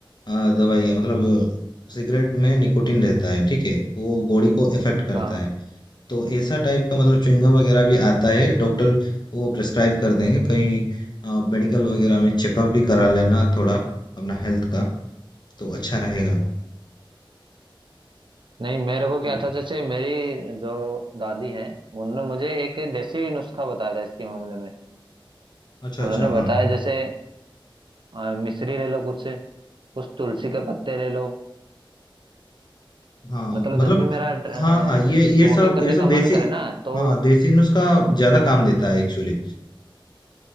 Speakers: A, on the left; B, on the right.
A: अ, दवाई है मतलब सिगरेट में निकोटीन रहता है ठीक है वो बॉडी को इफेक्ट करता
B: हाँ
A: है तो ऐसा टाइप का मतलब च्युइंगम वगैरह भी आता है डॉक्टर वो प्रिस्क्राइब कर देंगे कहीं मेडिकल वगैरह में चेकअप भी करा लेना थोड़ा अपना हेल्थ का तो अच्छा रहेगा
B: नहीं मेरे को क्या
A: तो-
B: था जैसे मेरी जो दादी हैं उन्होंने मुझे एक देसी नुस्खा बताया था इसके मामले में
A: अच्छा
B: उन्होंने
A: अच्छा हाँ
B: बताया जैसे अ, मिश्री ले लो कुछ से कुछ तुलसी के पत्ते ले लो
A: हाँ
B: मतलब
A: मतलब
B: जब भी मेरा
A: हाँ हाँ ये ये
B: स्मोकिंग
A: सब
B: करने
A: ये सब
B: का
A: देसी
B: मन करे ना तो
A: हाँ देसी नुस्खा ज्यादा काम देता है एक्चुअली